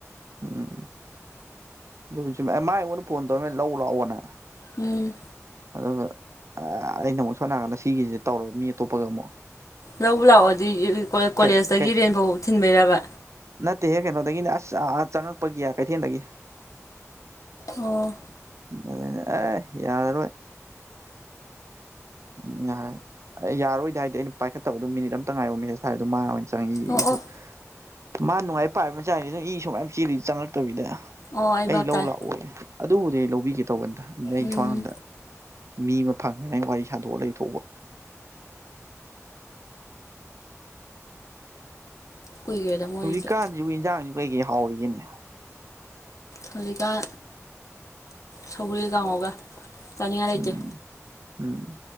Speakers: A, on the right; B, on the left.
A: ꯎꯝ ꯑꯗꯨꯕꯨꯗꯤ ꯆꯨꯝꯃꯦ ꯃꯥ ꯑꯩꯉꯣꯟꯗ ꯐꯣꯟ ꯇꯧꯔꯛ ꯑꯝꯃꯤ ꯂꯧꯂꯥꯛꯑꯣꯅ
B: ꯎꯝ
A: ꯑꯗꯨꯒ ꯑꯩꯅ ꯑꯃꯨꯛ ꯁꯣꯝꯅꯀꯥꯟꯗ ꯁꯤꯒꯤꯁꯦ ꯇꯧꯔꯕ ꯃꯤ ꯑꯇꯣꯞꯄꯒ ꯑꯃꯨꯛ
B: ꯂꯧꯕ ꯂꯥꯛꯑꯣꯗꯤ ꯀꯣꯂꯦꯖꯇꯒꯤ
A: ꯀꯩ ꯀꯩ
B: ꯔꯦꯟꯐꯥꯎꯕ ꯊꯤꯟꯕꯩꯔꯕ
A: ꯅꯠꯇꯦꯍꯦ ꯀꯩꯅꯣꯗꯒꯤꯅꯤ ꯑꯁ ꯑ ꯆꯪꯉꯛꯄꯒꯤ ꯑꯥ ꯀꯩꯊꯦꯜꯗꯒꯤ
B: ꯑꯣ
A: <unintelligible> ꯑꯦ ꯌꯥꯔꯔꯣꯏ ꯎꯝ ꯅꯍꯥꯟ ꯑꯦ ꯌꯥꯔꯔꯣꯏꯗꯤ ꯍꯥꯏꯗꯦ ꯑꯩꯅ ꯄꯥꯏꯈꯠꯇꯕ ꯑꯗꯨꯝ ꯃꯤꯅꯤꯠ ꯑꯝꯇ ꯉꯥꯏꯌꯣ ꯃꯦꯁꯦꯁ ꯊꯔꯛꯑꯦ ꯑꯗꯣ ꯃꯥꯅ ꯑꯣꯏꯅ <unintelligible>
B: ꯑꯣ ꯑꯣ
A: ꯃꯥ ꯅꯨꯡꯉꯥꯏ ꯄꯥꯝꯕ ꯆꯥꯡꯁꯤꯗ ꯏꯁꯨꯨꯃꯥꯏꯅ ꯆꯦꯜꯂꯤ ꯆꯪꯉꯛꯇꯕꯤꯗ
B: ꯑꯣ
A: ꯑꯩ
B: ꯚꯥꯞ
A: ꯂꯧ
B: ꯇꯥꯔꯦ
A: ꯂꯥꯛꯑꯣꯌꯦ ꯑꯗꯨꯕꯨꯗꯤ ꯑꯩ ꯂꯧꯕꯤꯒꯦ ꯇꯧꯕꯅꯤꯗꯗ ꯑꯩ
B: ꯎꯝ
A: ꯁꯣꯝꯀꯥꯟꯗ ꯃꯤ ꯑꯃ ꯐꯪꯗꯅ ꯑꯩ ꯋꯥꯔꯤ ꯁꯥꯟꯗꯣꯛꯑ ꯂꯩꯊꯣꯛꯎꯕ
B: ꯀꯨꯏꯈ꯭ꯔꯦꯗ ꯃꯣꯏꯁꯦ
A: ꯍꯧꯖꯤꯛꯀꯥꯟꯁꯤꯕꯨ ꯏꯟꯖꯥꯡꯁꯦ ꯀꯩꯀꯩ ꯍꯥꯎꯔꯤꯒꯦꯅꯦ
B: ꯍꯧꯖꯤꯛꯀꯥꯟ ꯁꯧꯒ꯭ꯔꯤꯒ ꯀꯥꯡꯉꯧꯒ ꯆꯥꯅꯤꯡꯉꯥꯏ ꯂꯩꯇꯦ
A: ꯎꯝ ꯎꯝ